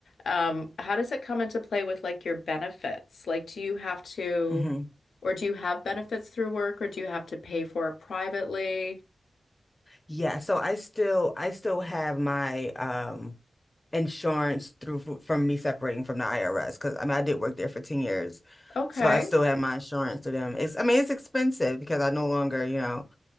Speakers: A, on the left; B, on the left.
A: Um, how does it come into play with like your benefits? Like, do you have to
B: mhm.
A: or do you have benefits through work or do you have to pay for it privately?
B: Yeah, so I still I still have my um insurance through f- from me separating from the IRS because I mean I did work there for 10 years.
A: Okay.
B: So I still have my insurance through them. It's I mean it's expensive because I no longer, you know,